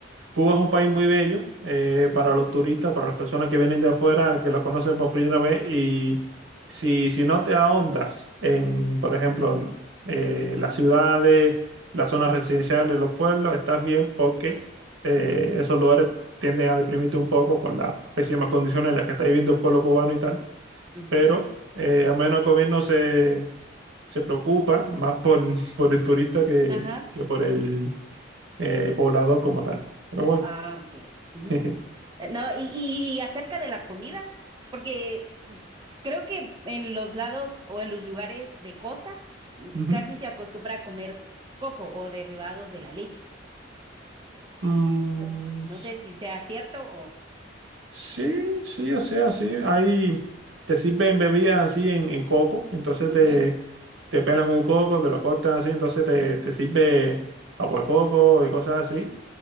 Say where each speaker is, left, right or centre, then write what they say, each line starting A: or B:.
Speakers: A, on the right; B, on the right.
A: Cuba es un país muy bello eh, para
B: Ujú,
A: los turistas, para las personas que vienen de afuera, que lo conocen por primera vez. Y si, si no te ahondas en, por ejemplo, en eh, las ciudades, las zonas residenciales, los pueblos, estás bien porque eh, esos lugares tienden a deprimirte un poco por las pésimas condiciones en las que está viviendo el pueblo cubano y tal
B: ujú.
A: pero eh, al menos el gobierno se, se preocupa más por, <laughs> por el turista que,
B: Ajá.
A: que por el eh, poblador como tal. Pero bueno.
B: Ah, ok. Ujú.
A: <laughs>
B: Eh, No, y, y acerca de la comida, porque mm, creo que en los lados o en los lugares de costa mm,
A: Ujú.
B: casi se acostumbra a comer coco o derivados de la leche.
A: Mm,
B: No, no sé si sea cierto o...
A: Sí, sí, o sea, sí. Ahí te sirven bebidas así en, en coco, entonces
B: Ujú.
A: te, te pelan un coco, te lo cortan así, entonces te, te sirve agua de coco y cosas así.